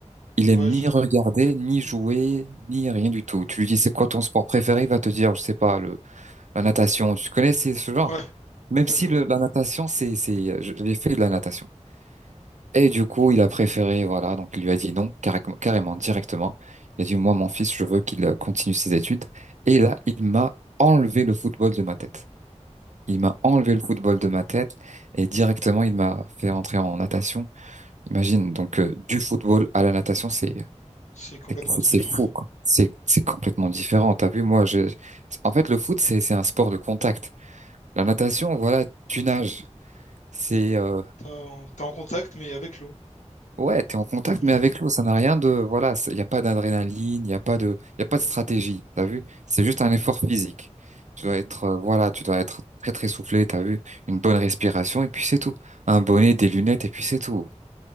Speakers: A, on the right; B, on the left.
A: Il aime
B: ouais,
A: ni
B: je, ouais,
A: regarder, ni jouer, ni rien du tout. Tu lui dis c'est quoi ton sport préféré, il va te dire, je sais pas, le, La natation, tu connais c'est ce genre?
B: ouais,
A: Même
B: ouais,
A: si
B: je vois.
A: le- la natation, c'est, c'est, euh, je- j'ai fait de la natation. Et du coup, il a préféré, voilà, donc il lui a dit non, carré- carrément, directement. Il a dit, moi, mon fils, je veux qu'il euh, continue ses études. Et là, il m'a enlevé le football de ma tête. Il m'a enlevé le football
B: Putain,
A: de ma tête et directement, il m'a fait rentrer en natation. Imagine, donc, euh, du football à la natation, c'est,
B: C'est complètement
A: c'est
B: différent.
A: c'est fou, quoi. C'est, c'est complètement différent. T'as vu, moi, je, en fait, le foot, c'est, c'est un sport de contact. La natation, voilà, tu nages. C'est euh,
B: T'es en t'es en contact, mais avec l'eau.
A: ouais, t'es en contact,
B: <laughs>
A: mais avec l'eau, ça n'a rien de voilà, il n'y a pas d'adrénaline, il n'y a pas de, y a pas de stratégie, t'as vu? C'est juste un effort physique. Tu
B: Mm.
A: dois être euh, voilà, tu dois être très très soufflé, t'as vu? Une bonne respiration et puis c'est tout. Un bonnet, des lunettes et puis c'est tout.